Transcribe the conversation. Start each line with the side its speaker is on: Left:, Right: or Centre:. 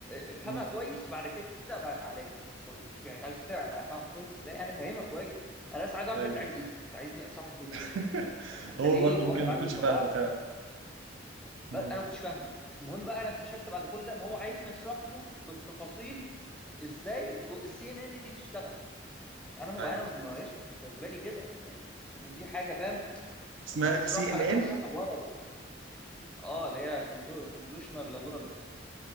Centre: افهمها
Right: مم.
Centre: كويس بعد كده بقى تعالى لي قول- يعني قال فكرة افهمها كويس ازاي انا فاهمها كويس انا بس عايز اعرف
Right: أيوة
Centre: انت عايز ايه انت عايزني اشرح لك ايه
Right: <laughs>
Centre: دي انت
Right: هو
Centre: ليه
Right: برضه
Centre: واخد
Right: ممكن ما
Centre: عني
Right: يكونش
Centre: انطباع
Right: فاهمه فعلا مم.
Centre: بس انا ما كنتش فاهمه المهم بقى انا اكتشفت بعد كل ده ان هو عايزني اشرح له بالتفاصيل ازاي السي ان ان دي بتشتغل انا ما
Right: أيوة
Centre: انا ما جاش في في بالي كده يعني اصل دي حاجه فاهم
Right: اسمها
Centre: ان انا اشرحها
Right: سي إن
Centre: لازم
Right: إن
Centre: اشرحها بورا اه اللي هي كونفولوشنال نورال نتورك.